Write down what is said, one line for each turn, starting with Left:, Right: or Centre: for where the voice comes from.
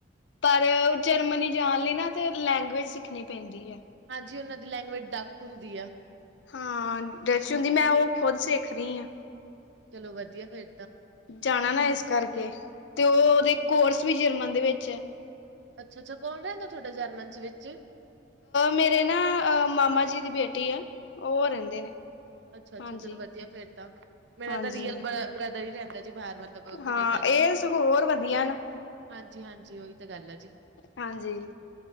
Left: ਪਰ ਜਰਮਨੀ ਜਾਣ ਲਈ ਨਾ ਤੇ ਲੈਂਗੁਏਜ ਸਿੱਖਣੀ ਪੈਂਦੀ ਐ
Right: ਹਾਂਜੀ ਉਹਨਾਂ ਦੀ ਲੈਂਗੁਏਜ ਡੱਕ ਹੁੰਦੀ ਆ
Left: ਹਾਂ ਡੱਚ ਹੁੰਦੀ ਮੈਂ ਉਹ ਖੁਦ ਸਿੱਖ ਰਹੀ ਆ
Right: ਚਲੋ ਵਧੀਆ ਫਿਰ
Left: ਜਾਣਾ ਨਾ ਇਸ ਕਰਕੇ ਤੇ ਉਹਦੇ ਕੋਰਸ ਵੀ ਜਰਮਨ ਦੇ ਵਿੱਚ ਆ
Right: ਅੱਛਾ ਅੱਛਾ ਕੌਣ ਰਹਿੰਦਾ ਤੁਹਾਡਾ ਜਰਮਨ ਦੇ ਵਿੱਚ
Left: ਮੇਰੇ ਨਾ ਮਾਮਾ ਜੀ ਦੀ ਬੇਟੀ ਆ ਉਹ ਰਹਿੰਦੇ ਨੇ
Right: ਅੱਛਾ ਅੱਛਾ
Left: ਹਾਂਜੀ
Right: ਚਲੋ ਵਧੀਆ ਫਿਰ ਤਾਂ ਮੇਰਾ
Left: ਹਾਂਜੀ।
Right: ਤਾਂ ਰੀਅਲ ਬਰਦਰ ਹੀ ਰਹਿੰਦਾ ਜੀ ਬਾਹਰ ਮਤਲਬ ਕਨੇਡਾ
Left: ਹਾਂ
Right: ਚ
Left: ਇਹ ਸਗੋਂ ਹੋਰ ਵਧੀਆ ਨਾ
Right: ਹਾਂਜੀ ਹਾਂਜੀ ਉਹੀ ਤਾਂ ਗੱਲ ਜੀ।
Left: ਹਾਂਜੀ